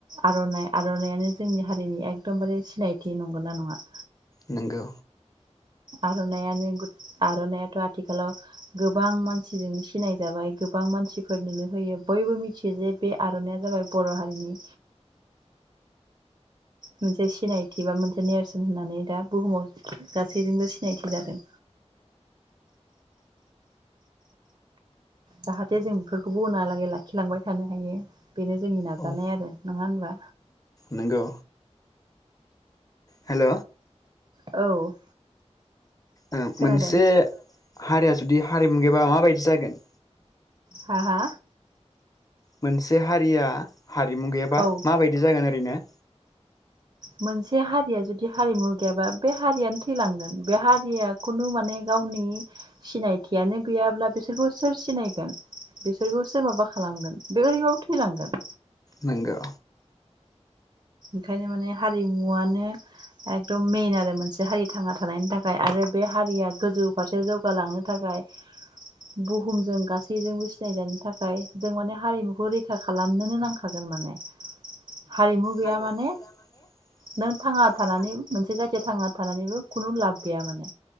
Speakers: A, on the right; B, on the left.
A: आर'नाइ आर'नायानो जोंनि हारिनि एकदमबारे सिनायथि नंगौना नङा?
B: नोंगौ।
A: आर'नायानो आर'नायाथ' आथिखालाव गोबां मानसिजोंनो सिनाय जाबाय गोबां मानसिफोरनोनो होयो बयबो मिथियो जे बे आर'नाइया जाबाय बर' हारिनि मोनसे सिनायथि बा मोनसे नेरसोन होननानै दा बुहुमाव सैजोबो सिनायथि जादों। जाहाथे जों बेफोरखौबो उनहालागै लाखिलांबाय थानो हायो। बेनो जोंनि नाजानाय
B: औ
A: आरो नङा होनबा?
B: नंगौ हेल'
A: औ।
B: ओ
A: खोनादों
B: मोनसे हारिया जुदि हारिमु गैबा माबायदि जागोन?
A: हा हा?
B: मोनसे हारिया हारिमु गैयाबा
A: औ
B: माबायदि जागोन ओरैनो?
A: मोनसे हारिया जुदि हारिमु गैयाबा बे हारियानो थैलांगोन बे हारिया खुनु माने गावनि सिनायथियानो गैयाब्ला बिसोरखौ सोर सिनायगोन बिसोरखौ सोर माबा खालामगोन बे ओरैबाबो थैलांगोन।
B: नंगौ
A: बेखायनो माने हारिमुवानो एकदम मेन आरो मोनसे हारि थांना थानायनि थाखाय आरो बे हारिया गोजौ फारसे जौगालांनो थाखाय बुहुमजों गासैजोंबो सिनायजानो थाखाय जों माने हारिमुखौ रैखा खालामनोनो नांखागोन माने हारिमु गैया
B: हारिमु
A: माने
B: गैया माने
A: नों थांना थानानै मोनसे जाथिया थांना थानानैबो खुनु लाब गैया माने